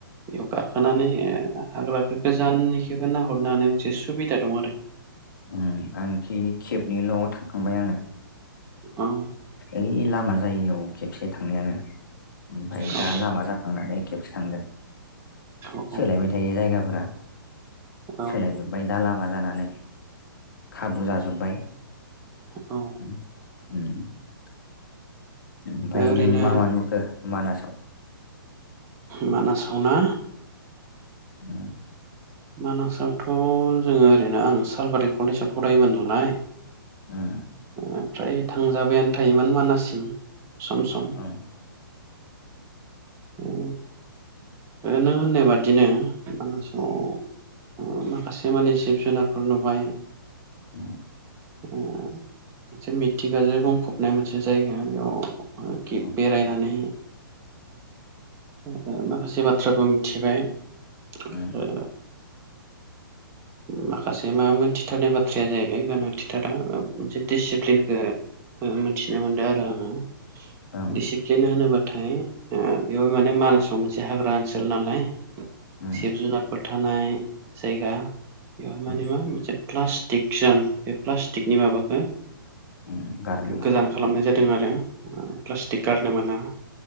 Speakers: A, on the right; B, on the left.
A: बेयाव गाखोनानै ओ हाग्रानि गोजाननि। <unintelligible> हरनो हानाय मोनसे सुबिदा दं आरो।
B: ओं आंखि खेबनिल' थांखांबाय आङो।
A: औ
B: ओइ लामा जायियाव खेबसे थांनायानो। ओमफाय
A: औ
B: दा लामा जाखांनानै खेबसे थांदों।
A: औ
B: सोलायबाय थायो जायगाफोरा।
A: औ
B: सोलायजोब्बाय दा लामा जानानै खाबु जाजोब्बाय।
A: औ।
B: उम <unintelligible> ओमफाय
A: ओरैनो
B: नों मा मा नुखो मानासाव?
A: मानासाव ना!
B: उम
A: मानासावथ' जोङो ओरैनो आं सालबारि कलेजाव फरायोमोन नालाय।
B: उम
A: आ फ्राय थांजाबायानो थायोमोन मानाससिम सम सम।
B: उम
A: ओ नों होननाय बादिनो मानासाव ओ माखासे माने जिब जुनारफोर नुबाय
B: <inaudible>
A: ओ मोनसे मिथिंगाजों बुंफबनाय मोनसे जायगा बेयाव ओ गि
B: उम
A: बेरायनानै ओ माखासे बाथ्राबो मिथिबाय ओ
B: उम उम
A: माखासे मा मोनथिथारनाय बाथ्राया जाहैबाय गोनांथिथारा ओ मोनसे दिसिप्लिनखो ओ मोनथिनो मोनदों आरो आङो
B: ओं
A: दिसिप्लिन होनोबा थाय ओ बेयाव माने मानासाव मोनसे हाग्रा ओनसोल नालाय
B: उम
A: जिब जुनादफोर थानाय जायगा बेवहाय
B: उम
A: माने मा मोनसे प्लास्टिक जोन बे प्लास्टिकनि माबाखो
B: उम गारनो मोना
A: गोजान खालामनाय
B: उम
A: जादों आरो ओ प्लास्टिक गारनो मोना।